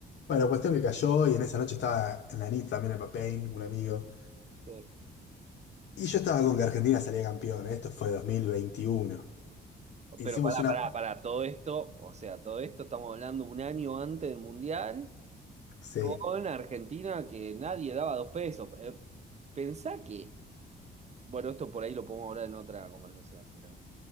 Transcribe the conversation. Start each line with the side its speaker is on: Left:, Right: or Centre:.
Left: Bueno, cuestión que cayó y en esa noche estaba Nanit también el Papain, un amigo.
Right: sí.
Left: Y yo estaba con que Argentina salía campeón. Esto fue 2021. Hicimos
Right: Pero pará,
Left: una...
Right: pará, pará, todo esto, o sea, todo esto estamos hablando un año antes del Mundial,
Left: Sí,
Right: con Argentina que nadie daba dos pesos. Eh, Pensá que, bueno, esto por ahí lo podemos hablar en otra conversación, pero